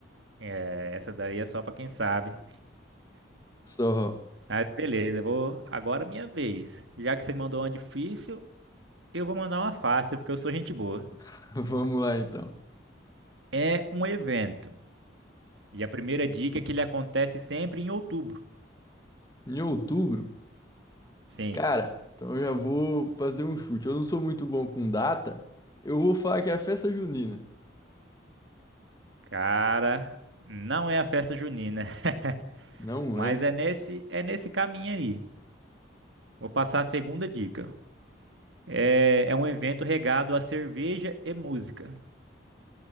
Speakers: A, on the right; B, on the left.
A: É, Essa daí é só pra quem sabe.
B: Só
A: Mas beleza, vou agora é minha vez. Já que você mandou uma difícil, eu vou mandar uma fácil, porque eu sou gente boa.
B: <laughs> vamos lá então.
A: É um evento. E a primeira dica é que ele acontece sempre em outubro.
B: Em outubro.
A: Sim,
B: Cara, então eu já vou fazer um chute. Eu não sou muito bom com data. Eu vou falar que é a festa junina.
A: cara, não é a festa junina,
B: Não
A: <laughs> mas
B: é.
A: é nesse é nesse caminho aí. Vou passar a segunda dica. É, é um evento regado a cerveja e música.